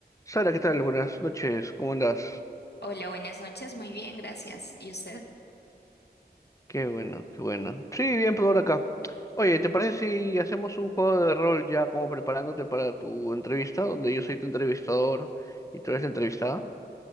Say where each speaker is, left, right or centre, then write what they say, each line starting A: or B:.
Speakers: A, on the left; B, on the left.
A: Sara, ¿qué tal? Buenas noches, ¿cómo andás?
B: Hola, buenas noches. Muy bien, gracias. ¿Y usted?
A: Qué bueno, qué bueno. Sí, bien, por ahora acá. Oye, ¿te parece si hacemos un juego de rol ya como preparándote para tu entrevista, donde yo soy tu entrevistador y tú eres la entrevistada?